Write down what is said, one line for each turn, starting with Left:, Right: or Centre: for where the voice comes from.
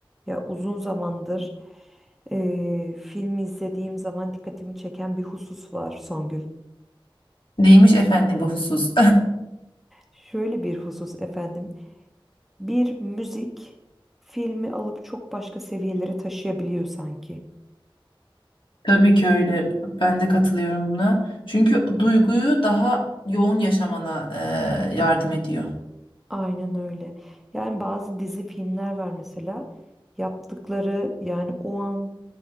Centre: Ya uzun zamandır eee, film izlediğim zaman dikkatimi çeken bir husus var Songül.
Left: Neymiş efendim bu husus?
Centre: Şöyle bir husus efendim. Bir müzik filmi alıp çok başka seviyelere taşıyabiliyor sanki.
Left: <laughs> Tabii ki öyle. Ben de katılıyorum buna. Çünkü duyguyu daha yoğun yaşamana e, yardım ediyor.
Centre: Aynen öyle. Yani bazı dizi filmler var mesela. Yaptıkları yani o an